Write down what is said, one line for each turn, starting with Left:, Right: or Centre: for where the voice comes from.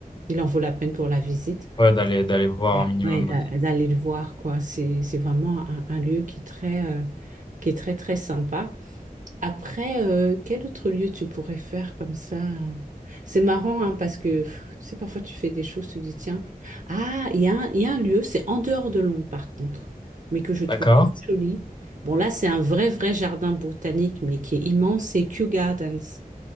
Right: il en vaut la peine pour la visite.
Left: Ouais, d'aller d'aller voir
Right: Ouais,
Left: un minimum.
Right: ouais, d'a- d'aller le voir, quoi. C'est c'est vraiment un, un lieu qui est très... euh, qui est très très sympa. Après, euh, quel autre lieu tu pourrais faire comme ça? C'est marrant, hein, parce que pff, tu sais, parfois tu fais des choses, tu dis, tiens, ah, il y a un, il y a un lieu, c'est en dehors de Londres par contre, mais que je trouve
Left: D'accord.
Right: très joli. Bon, là, c'est un vrai, vrai jardin botanique, mais qui est immense, c'est Kew Gardens.